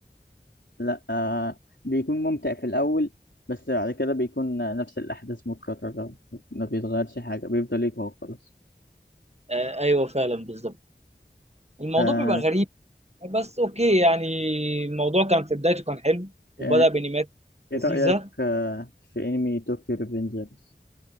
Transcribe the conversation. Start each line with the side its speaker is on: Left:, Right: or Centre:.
Left: لا آه بيكون ممتع في الأول بس بعد كده بيكون آه، نفس الأحداث متكررة ما بيتغيرش حاجة بيفضل يقوى وخلاص
Right: آه ايوه فعلا بالظبط الموضوع
Left: آه
Right: بيبقى غريب بس اوكي يعني الموضوع كان في بدايته كان حلو وبدا
Left: آه،
Right: بانيمات لذيذه
Left: إيه رأيك آه في أنمي طوكيو ريفنجرز؟